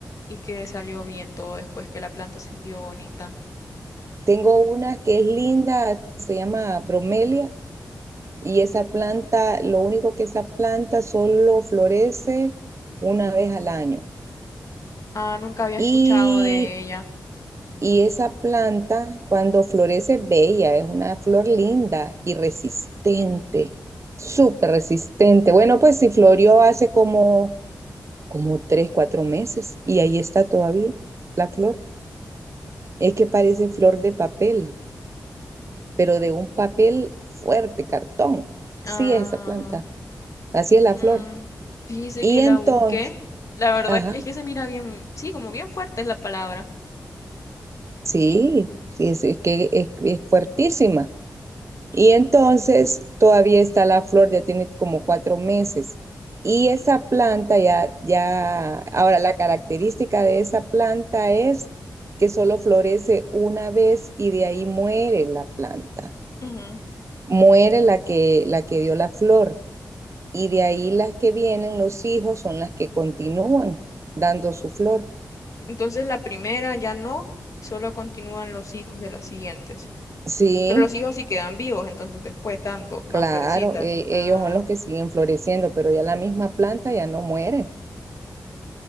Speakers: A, on the left; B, on the right.
A: y que salió bien todo después que la planta siguió bonita.
B: tengo una que es linda, se llama bromelia y esa planta, lo único que esa planta solo florece una vez al año.
A: Ah, nunca había
B: Y
A: escuchado de ella.
B: Y esa planta, cuando florece, es bella, es una flor linda y resistente, súper resistente. Bueno, pues si florió hace como, como tres, cuatro meses y ahí está todavía la flor. Es que parece flor de papel, pero de un papel fuerte, cartón. Así
A: Ah,
B: es esa planta, así es la flor.
A: mm, fíjese
B: Y
A: que
B: entonces,
A: la busqué. La verdad
B: ajá,
A: es que se mira bien, sí, como bien fuerte es la palabra.
B: sí, sí, es, es que es, es fuertísima. Y entonces todavía está la flor, ya tiene como cuatro meses. Y esa planta ya, ya, ahora la característica de esa planta es que solo florece una vez y de ahí muere la planta,
A: Ujú.
B: muere la que, la que dio la flor. Y de ahí las que vienen, los hijos, son las que continúan dando su flor.
A: Entonces la primera ya no, y solo continúan los hijos de las siguientes.
B: Sí,
A: Pero los hijos sí quedan vivos, entonces después dan dos más
B: claro,
A: florecitas.
B: e- ellos
A: Ah.
B: son los que siguen floreciendo, pero ya la misma planta ya no muere.